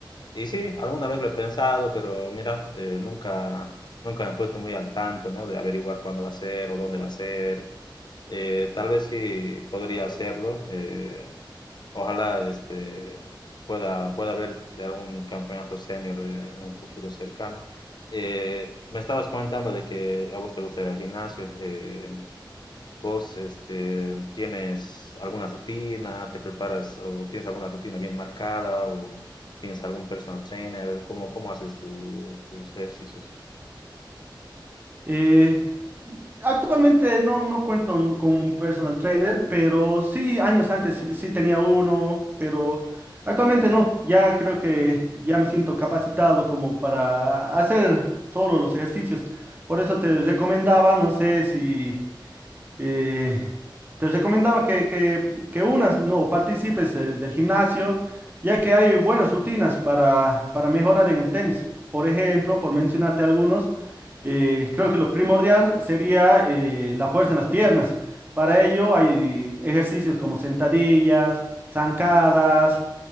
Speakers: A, on the left; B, on the right.
A: Y sí, alguna vez lo he pensado, pero mira, eh, nunca, nunca me he puesto muy al tanto, ¿no? De averiguar cuándo va a ser o dónde va a ser. Eh, tal vez sí podría hacerlo. eh, ojalá este, pueda, pueda ver de algún campeonato senior eh, en un futuro cercano. Eh, me estabas comentando de que a vos te gusta ir al gimnasio. eh, ¿vos este, tienes alguna rutina? ¿Te preparas o tienes alguna rutina bien marcada? ¿O tienes algún personal trainer? ¿Cómo, cómo haces tu- tus ejercicios?
B: Eh, actualmente no, no cuento un- con un personal trainer, pero sí, años antes sí, sí tenía uno, pero actualmente no. Ya creo que ya me siento capacitado como para hacer solo los ejercicios. Por eso te recomendaba, no sé si eh, te recomendaba que, que, que unas, no, participes eh, del gimnasio, ya que hay buenas rutinas para, para mejorar en el tenis. Por ejemplo, por mencionarte algunos. Eh, creo que lo primordial sería eh, la fuerza en las piernas. Para ello hay ejercicios como sentadillas, zancadas,